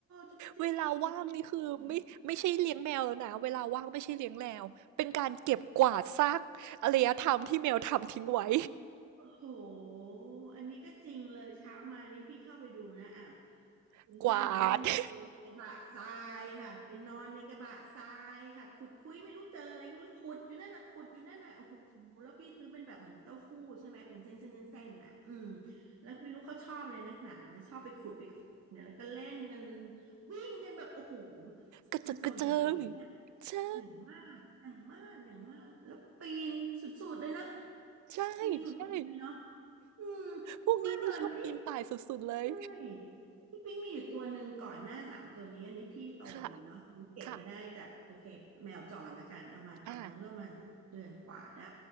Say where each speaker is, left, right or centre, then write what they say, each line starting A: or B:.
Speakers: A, on the right; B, on the right.
A: จริงๆจริง
B: เวลาว่างนี่คือไม่ไม่ใช่เลี้ยงแมวแล้วนะเวลาว่างไม่ใช่เลี้ยงแมวเป็นการเก็บกวาดซากอารยธรรมที่แมวทำทิ้งไว้
A: โหอันนี้ก็จริงเลยเช้ามานี่พี่เข้าไปดูนะอ้าว
B: <laughs>
A: คุณท่านเล่นในกระบะทรายค่ะเป็นนอนในกระบะทรายค่ะขุดคุยไม่รู้เจออะไรก็ไม่รู้ขุดอยู่นั่นน่ะขุดอยู่นั่นน่ะโอ้โหแล้วพี่ซื้อเป็นแบบเหมือนเต้าหู้ใช่ไหมเป็นเส้นเส้นเส้นเส้นน่ะอืม
B: กวาด <laughs>
A: แล้วไม่รู้เขาชอบเลยนักหนานะชอบไปขุดไปขุดเนี่ยแล้วก็เล่นกันวิ่งกันแบบโอ้โห
B: กระเจิดกระเจิง
A: มันโซนจริงๆนะเนี่ย
B: ใช่
A: อย่างมากอย่างมากอย่างมากแล้วปีนสุดๆเลยนะ
B: ใช่ใช่
A: ปีนสุดๆเลยเนาะ อืม
B: พวกนี้นี่ชอบปีนป่ายสุดๆเลย
A: ไม่เพลินพี่ ใช่พี่ปิ๊งมีอยู่ตัวหนึ่งก่อนหน้าสามตัวนี้อันนี้พี่โตเลยเนาะอันนี้เก็บมาได้จากโอเคแมวจรละกันเอามาตอนนั้นก็ประมาณเดือนกว่าได้
B: ค่ะค่ะอ่า